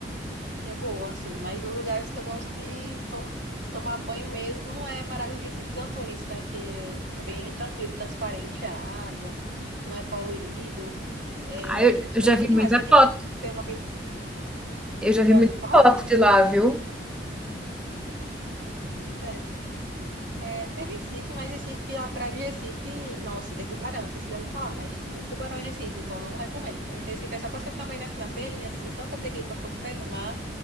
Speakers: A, on the right; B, in the centre.
A: e É boa, assim. Mas os lugares que eu gosto de tom tomar banho mesmo não é Maragogi e Sítios Antunes, né? Que é bem tranquilo, transparente a água, não é poluído. É
B: Ah, eu, eu
A: tranquilo
B: já vi muita
A: demais para quem
B: foto.
A: quer ter uma vida.
B: Eu já vi
A: Já
B: muita
A: viu fotos?
B: foto de lá, viu?
A: Pois é. É, tem Recife, mas Recife, a praia de Recife, nossa, tem tubarão, não sei se você já ouviu falar, mas tem muito tubarão em Recife, então não recomendo. Então, Recife é só pra você também nascer na beirinha, assim, só pra dizer que botou o pé no mar,